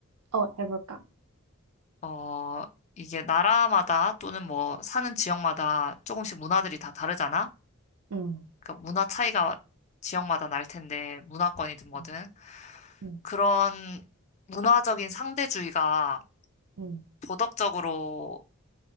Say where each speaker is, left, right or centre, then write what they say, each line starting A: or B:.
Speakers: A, on the right; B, on the left.
A: 어, 해볼까?
B: 어, 이게 나라마다 또는 뭐, 사는 지역마다 조금씩 문화들이 다 다르잖아?
A: 응.
B: 그러니까 문화 차이가 지역마다 날 텐데 문화권이든 뭐든
A: 맞아. 응,
B: 그런 문화적인 상대주의가
A: 응,
B: 도덕적으로